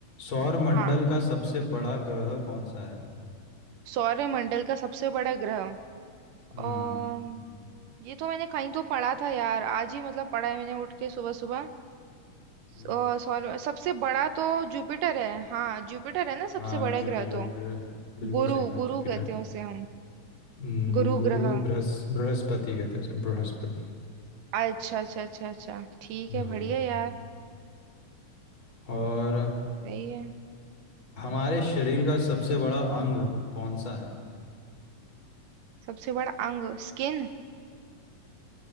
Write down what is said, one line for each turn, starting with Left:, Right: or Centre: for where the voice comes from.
Left: सौर मंडल
Right: हाँ
Left: का सबसे बड़ा ग्रह कौन सा है
Right: सौरमंडल का सबसे बड़ा ग्रह
Left: हम्म
Right: अ, ये तो मैंने कहीं तो पढ़ा था यार आज ही मतलब पढ़ा है मैंने उठ के सुबह सुबह
Left: हम्म,
Right: अ, सौर सबसे बड़ा तो जुपिटर है हाँ जुपिटर है ना सबसे
Left: हाँ
Right: बड़ा
Left: जुपिटर
Right: ग्रह तो
Left: बृह- बिल्कुल
Right: गुरु
Left: सही कहा
Right: गुरु
Left: जुपिटर
Right: कहते हैं उसे हम
Left: हम्म,
Right: गुरु
Left: गुरु
Right: ग्रह
Left: बृहस बृहस्पति कहते हैं उसे बृहस्पति
Right: अच्छा अच्छा अच्छा अच्छा ठीक
Left: हम्म
Right: है बढ़िया यार
Left: और
Right: सही है
Left: हमारे शरीर का सबसे बड़ा अंग कौन सा है
Right: सबसे बड़ा अंग स्किन